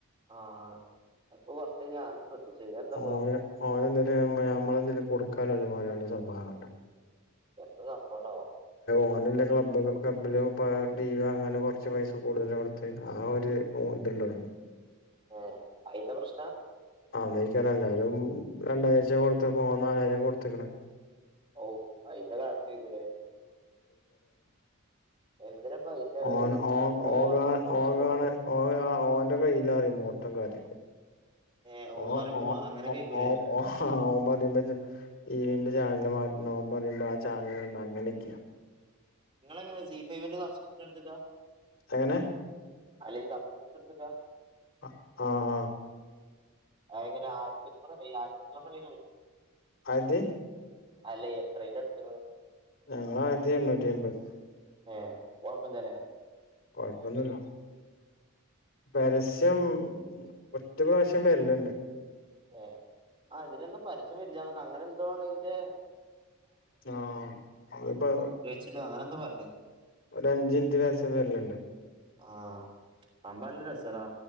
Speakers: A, on the right; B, on the left.
A: ആഹ അപ്പൊ കുറച്ച് ഞാനും- ശ്രദ്ധിച്ചു ഇതെന്താപ്പോ
B: ഓന് ഓന എന്തേലും ഞമ്മളെന്തേലും കൊടുക്കാലല്ലോ ഒരയാളുടെ സ്വഭാവം ഉണ്ടോ
A: എന്ത് സംഭവാണാവോ
B: ഓനെ അല്ലേ ക്ലബ്ബ ക്ലബ്ബിൽ പാർട്ടി ടി വി വാങ്ങാൻ കുറച്ച് പൈസ കൂടുതലും എടുത്ത് ആ ഒരു ഇതുണ്ടാവാണ്
A: ആ അയിന്റെ പ്രശ്നാ?
B: ആതിക്കാര എല്ലാരും രണ്ടാഴച കൊടുത്ത പോവാ നാലായിരം കൊടുത്തക്കണ്
A: ഓ അയിട്ട കാ ആത്തക്കറേ എന്തിനപ്പ അയിന്റെ
B: ഓ
A: ഒരു
B: ഓ
A: ഓവർ
B: ഓ
A: കൊറച്ച്
B: ഓ
A: കൂ
B: ഓ ആ ഓന്റെ കയ്യിലാ റിമോട്ടും കാര്യൊക്കെ
A: ഏ ഓൻ
B: ഓ
A: പറയുമ്പോ
B: ഓ
A: മ- അങ്ങനെ കേക്കൂലേ
B: ഓ ഓ പറയുമ്പോ ടി വിന്റെ ചാനല് മാറ്റ പറയുമ്പോ ആ ചാനൽ അങ്ങനെയൊക്കെയാ
A: നിങ്ങ എങ്ങനെയാ സി ഫൈവിന്റെ എടുട്ടാ
B: എങ്ങനെ?
A: അല്ലസാഫണ്ട്ക്ക
B: ആഹ ആഹ!
A: എങ്ങനെ ആയിരത്തിഞ്ഞൂറ് ആയിരത്തി അഞ്ഞൂറിിലുംല്ല
B: അത
A: അല്ല എത്രന എടുത്ത?
B: ഞങ്ങള ആയിരത്തി എണ്ണൂറ്റി അമ്പത്
A: ഏ് ഓപ്പൻ തല
B: കൊഴപ്പൊന്നല്ലോ പരസ്യം ഒറ്റ പ്രാവശ്യം വരലിണ്ട്
A: ഏ ആ ഇതിനലെന്താ പരസ്യം വരില്ലക്കെ അങ്ങനെ എന്തോാണ് അതിന്റെ-
B: ആഹ നമ്മളപ്പോ
A: ഫുള്ള് എച്ച് ഡി അങ്ങനെ എന്തോ പറഞ്ഞ്
B: ഒരു അഞ്ചച് വച്ച വരലിണ്ട്
A: ആഹ സംഭവല്ലല്ലസാറാ